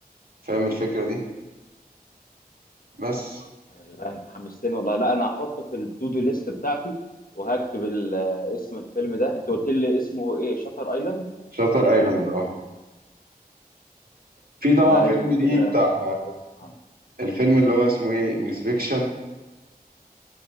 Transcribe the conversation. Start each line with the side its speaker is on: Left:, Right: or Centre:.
Right: فاهم الفكرة دي بس
Left: لا انت حمستني والله لا انا هحطه في التو دو ليست بتاعتي وهكتب ال- آه، اسم الفيلم ده انت قلت لي اسمه ايه شاتر ايلاند
Right: شاتر ايلاند اه في طبعا
Left: لا
Right: فيلم
Left: اذا كان
Right: ليه
Left: كده
Right: بتاع
Left: لازم اسمعه
Right: الفيلم اللي هو اسمه ايه انسبكشن